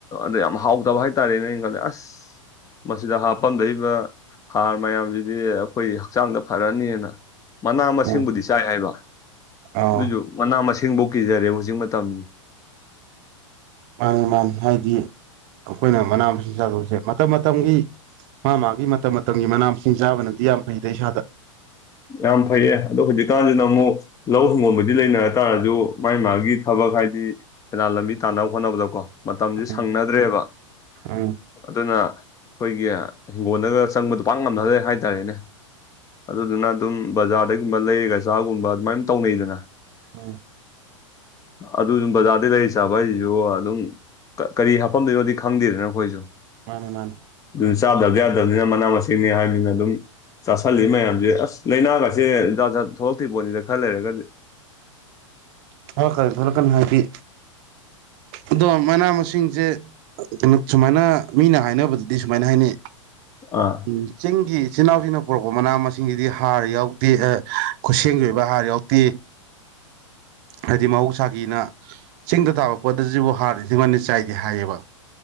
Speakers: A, on the left; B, on the right.
A: ꯗ ꯌꯥꯝꯃ ꯍꯥꯎꯇꯕ ꯍꯥꯏꯇꯥꯔꯦꯅꯦ ꯈꯜꯂꯦ ꯑꯁ ꯃꯁꯤꯗ ꯍꯥꯞꯐꯝꯝꯗꯏꯕ ꯍꯥꯔ ꯃꯌꯥꯝꯁꯤꯗꯤ ꯑꯩꯈꯣꯏ ꯍꯛꯆꯥꯡꯗ ꯐꯔꯅꯤꯅ ꯃꯅꯥ ꯃꯁꯤꯡꯕꯨꯗꯤ
B: ꯎꯝ
A: ꯆꯥꯏ ꯍꯥꯏꯕ
B: ꯑꯥ
A: ꯗꯥꯎꯖꯨ ꯃꯅꯥ ꯑꯁꯤꯡ ꯊꯦꯡꯗꯣꯛꯀꯤꯖꯔꯦ ꯍꯧꯖꯤꯛ ꯃꯇꯝ
B: ꯃꯥꯅꯤ ꯃꯥꯅꯤ ꯍꯥꯏꯗꯤ ꯑꯩꯈꯣꯏꯅ ꯃꯅꯥ ꯃꯁꯤꯡ ꯆꯥꯗꯕꯁꯦ ꯃꯇꯝ ꯃꯇꯝꯒꯤ ꯃꯥ ꯃꯥꯒꯤ ꯃꯇꯝ ꯃꯇꯝꯒꯤ ꯃꯅꯥ ꯃꯁꯤꯡ ꯆꯥꯕꯅꯗꯤ ꯌꯥꯝ ꯐꯩꯗ ꯏꯁꯥꯗ
A: ꯌꯥꯝ ꯐꯩꯌꯦ ꯑꯗꯣ ꯍꯧꯖꯤꯛꯀꯥꯟꯁꯤꯅ ꯑꯃꯨꯛ ꯂꯧ ꯍꯤꯡꯒꯣꯕꯨꯗꯤ ꯂꯩꯅꯔ ꯇꯥꯔꯁꯨ ꯃꯥꯒꯤ ꯃꯥꯒꯤ ꯊꯕꯛ ꯍꯥꯏꯗꯤ ꯀꯅꯥꯟ ꯂꯝꯕꯤ ꯇꯥꯟꯅꯕ ꯈꯣꯠꯅꯕꯗꯀꯣ ꯃꯇꯝꯁꯦ
B: ꯎꯝ
A: ꯁꯪꯅꯗ꯭ꯔꯦꯕ
B: ꯎꯝ
A: ꯑꯗꯨꯅ ꯑꯩꯈꯣꯏꯒꯤ ꯍꯤꯡꯒꯣꯜꯗꯒ ꯆꯪꯕꯗꯨꯣ ꯄꯥꯛ ꯉꯝꯊꯗꯦ ꯍꯥꯏꯇꯥꯔꯦꯅꯦ ꯑꯗꯨꯗꯨꯅ ꯑꯗꯨꯝ ꯕꯖꯥꯔꯗꯩꯒꯨꯝꯕ ꯂꯩꯔꯒ ꯆꯥꯒꯨꯝꯕ ꯑꯗꯨꯃꯥꯏꯅ ꯇꯧꯅꯩꯗꯅ
B: ꯎꯝ
A: ꯑꯗꯨꯁꯨ ꯕꯖꯥꯔꯗ ꯂꯩꯔꯤ ꯆꯥꯕ ꯍꯥꯏꯁꯤꯁꯨ ꯑꯗꯨꯝ ꯀꯔꯤ ꯍꯥꯄꯝꯗꯣꯏꯅꯣꯗꯤ ꯈꯪꯗꯦꯗꯅ ꯑꯩꯈꯣꯏꯁꯨ
B: ꯃꯥꯅꯤ ꯃꯥꯅꯤ
A: ꯑꯗꯨ ꯆꯥꯗꯕ ꯌꯥꯗꯕꯅꯤꯅ ꯃꯅꯥ ꯃꯁꯤꯡꯅꯤ ꯍꯥꯏꯕꯅꯤꯅ ꯑꯗꯨꯝ ꯆꯥꯁꯜꯂꯤ ꯃꯌꯥꯝꯁꯦ ꯑꯁ ꯂꯥꯏꯅꯥꯒꯁꯦ ꯖꯠꯖꯠ ꯊꯣꯛꯂꯛꯇ꯭ꯔꯤꯕ ꯄꯣꯠꯅꯤꯗ ꯈꯔ ꯂꯩꯔꯒꯗꯤ
B: ꯊꯣꯛꯂꯛꯀꯅꯤ ꯊꯣꯛꯂꯛꯀꯅꯤ ꯍꯥꯏꯗꯤ ꯑꯗꯣ ꯃꯅꯥ ꯃꯁꯤꯡꯁꯦ ꯀꯩꯅꯣ ꯁꯨꯃꯥꯏꯅ ꯃꯤꯅ ꯍꯥꯏꯅꯕꯗꯗꯤ ꯁꯨꯃꯥꯏꯅ ꯍꯥꯏꯅꯩ
A: ꯑꯥ
B: ꯎꯝ ꯆꯤꯡꯒꯤ ꯏꯆꯥꯟ ꯏꯅꯥꯎꯁꯤꯡꯅ ꯄꯨꯔꯛꯄ ꯃꯅꯥ ꯃꯁꯤꯡꯁꯤꯗꯤ ꯍꯥꯔ ꯌꯥꯎꯗꯦ ꯈꯨꯠꯁꯦꯝꯒꯤ ꯑꯣꯏꯕ ꯍꯥꯔ ꯌꯥꯎꯗꯦ ꯍꯥꯏꯗꯤ ꯃꯍꯧꯁꯥꯒꯤꯅ ꯆꯤꯡꯗ ꯊꯥꯕ ꯀꯣꯗꯁꯤꯕꯨ ꯍꯥꯔꯤꯗꯤꯉꯟꯅ ꯆꯥꯏꯗꯦ ꯍꯥꯏꯌꯦꯕ